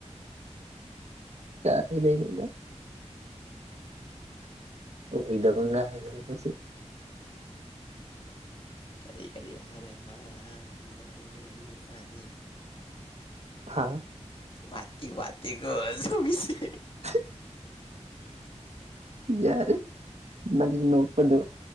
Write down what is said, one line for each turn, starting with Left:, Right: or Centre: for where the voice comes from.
Right: ꯀꯥ ꯂꯩ <unintelligible> ꯑꯣꯏ <unintelligible> ꯉꯁꯤ
Left: ꯀꯔꯤ ꯀꯔꯤ ꯍꯥꯏꯔꯦ ꯃꯥꯅ ꯅꯨꯡꯉꯥꯏꯔꯦꯍꯦ ꯉꯆꯥꯗꯤ
Right: ꯍꯥ
Left: ꯋꯥꯇꯤ ꯋꯥꯇꯦꯀꯣ ꯍꯧꯒꯤꯁ
Right: ꯍ ꯌꯥꯔꯦ ꯅꯪ ꯅꯣꯛꯄꯗꯣ